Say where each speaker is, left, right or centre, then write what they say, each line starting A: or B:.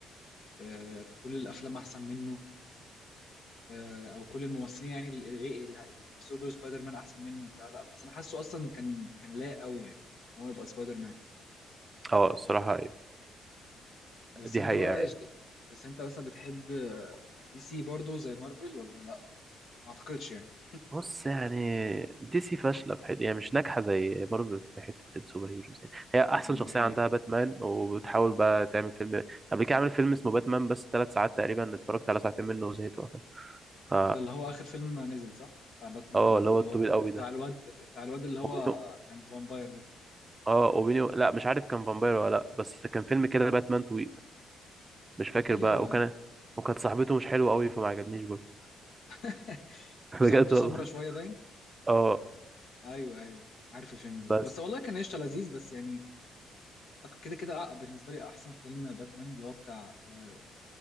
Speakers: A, on the left; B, on the right.
A: آه، كل الافلام احسن منه آه، او كل الممثلين يعني اللي اللي- اللي سودو سبايدر مان احسن منه وبتاع لا بس انا حاسه اصلا كان كان لايق قوي يعني ان هو يبقى سبايدر مان
B: اه الصراحه ايوه
A: بس
B: دي
A: انت
B: حقيقه
A: بقى
B: يعني.
A: بس انت بس بتحب دي سي برضه زي مارفل ولا لا ما اعتقدش يعني
B: بص يعني دي سي فاشله في حته يعني مش ناجحه زي مارفل في حته السوبر هيروز يعني هي احسن شخصيه
A: دي حقيقة
B: عندها باتمان وبتحاول بقى تعمل فيلم قبل كده عملت فيلم اسمه باتمان بس ثلاث ساعات تقريبا اتفرجت على ساعتين منه وزهقت وقفلت ف
A: ده اللي هو آخر فيلم نزل صح؟ بتاع باتمان
B: اه
A: ده اللي
B: اللي هو
A: هو
B: الطويل قوي ده
A: بتاع الواد بتاع الواد اللي هو
B: اوبينيو
A: كان فامباير ده
B: اه اوبينيو لا مش عارف كان فامباير ولا لا بس كان فيلم كده باتمان طويل مش فاكر
A: بيتهيألي
B: بقى
A: هو
B: وكان وكانت صاحبته مش حلوه قوي فما عجبنيش برضه
A: <laughs>
B: <laughs>
A: مش
B: بجد
A: صاحبته
B: والله
A: سمرة شوية باين؟
B: اه
A: أيوه أيوه عارف الفيلم ده
B: بس
A: بس والله كان قشطة لذيذ بس يعني أك- كده كده أ- بالنسبة لي أحسن فيلم باتمان اللي هو بتاع آه،